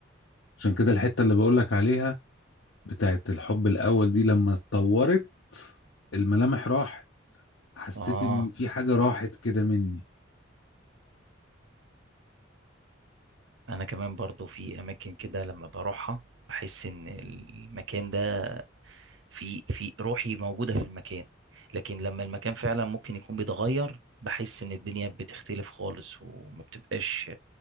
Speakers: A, on the left; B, on the right.
A: عشان كده الحتة اللي بقولك عليها بتاعت الحب الأول دي لما اتطورت الملامح راحت حسيت
B: اه
A: ان في حاجة راحت كده مني
B: انا كمان برضو في اماكن كده لما بروحها بحس ان المكان ده في في روحي موجودة في المكان لكن لما المكان فعلا ممكن يكون بيتغير بحس ان الدنيا بتختلف خالص وما بتبقاش